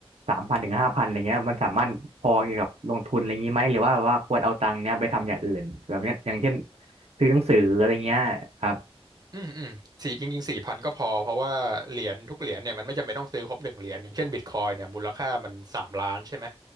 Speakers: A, on the right; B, on the right.
A: สามพันถึงห้าพันอะไรเงี้ยมันสามารถพอเกี่ยวกับลงทุนอะไรงี้ไหมหรือว่าว่าควรเอาตังค์เนี้ยไปทำอย่างอื่นแบบเนี้ยอย่างเช่นซื้อหนังสืออะไรเงี้ยครับ
B: อืมอืมสี่จริงๆสี่พันก็พอเพราะว่าเหรียญทุกเหรียญเนี่ยมันไม่จำเป็นต้องซื้อครบหนึ่งเหรียญอย่างเช่นบิตคอยเนี่ยมูลค่ามันสามล้านใช่ไหม